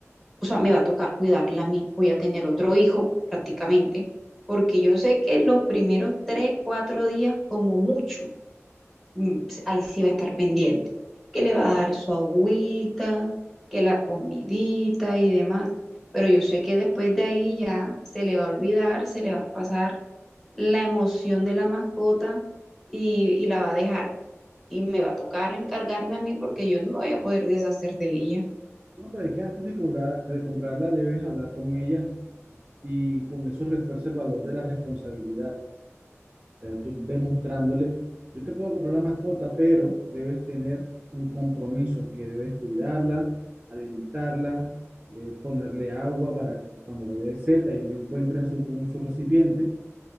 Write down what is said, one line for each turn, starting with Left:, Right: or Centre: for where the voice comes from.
Centre: o sea, me va a tocar cuidarla a mí, voy a tener otro hijo prácticamente, porque yo sé que los primeros tres, cuatro días como mucho, mm, ahí sí va a estar pendiente, que le va a dar su agüita, que la comidita y demás, pero yo sé que después de ahí ya se le va a olvidar, se le va a pasar la emoción de la mascota y, y la va a dejar. Y me va a tocar encargarme a mí porque yo no me voy a poder deshacer de ella.
Right: No, pero es que antes de cobrar, de comprarla debes hablar con ella y con eso refuerza el valor de la responsabilidad. Eh, tú demostrándole, yo te puedo comprar la mascota, pero debes tener un compromiso que debes cuidarla, alimentarla, eh, ponerle agua para que cuando le dé seta y lo encuentre en su, en su recipiente